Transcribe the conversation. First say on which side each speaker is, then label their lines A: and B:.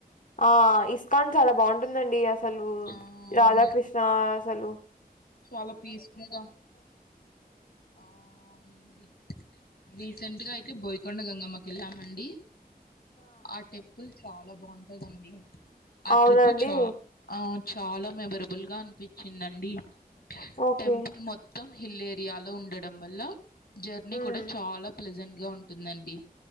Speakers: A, on the left; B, on the left.
A: ఆ ఇస్కాన్ చాలా బాగుంటుందండి అసలు
B: ఆ
A: రాధాకృష్ణ
B: అవునండి
A: అసలు
B: చాలా పీస్ఫుల్గా అవునండి రీసెంట్గా అయితే బోయకొండ గంగమ్మకి వెళ్ళామండి ఆ టె టప్పుల్ చాలా బాగుంటాందండి ఆ
A: అవునండి
B: ట్రిప్ చా ఆ చాలా మెమరబుల్గా అనిపించిందండి
A: ఓకే
B: టెంపుల్ మొత్తం మొత్తం హిల్ ఏరియాలో ఉండడం వల్ల జర్నీ
A: మ్మ్
B: కూడా చాలా ప్లజెంట్గా ఉంటుందండి